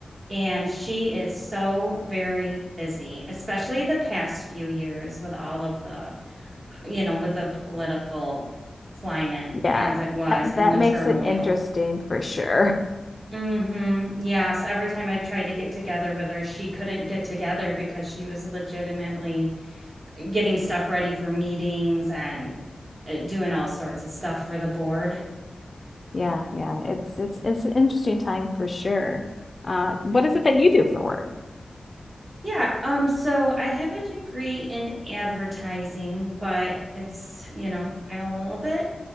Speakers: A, on the right; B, on the left.
A: and she is so very busy, especially the past few years with all of the you know, with the political climate
B: Yeah,
A: as it was
B: that,
A: and
B: that
A: the
B: makes
A: turmoil.
B: it interesting for sure.
A: Mm-hmm. Yes. Every time I tried to get together with her, she couldn't get together because she was legitimately getting stuff ready for meetings and uh, doing all sorts of stuff for the board.
B: Yeah, yeah. It's it's it's an interesting time for sure. Uh, what is it that you do for work?
A: Yeah. Um, so I have a degree in advertising, but it's, you know, I'm a little bit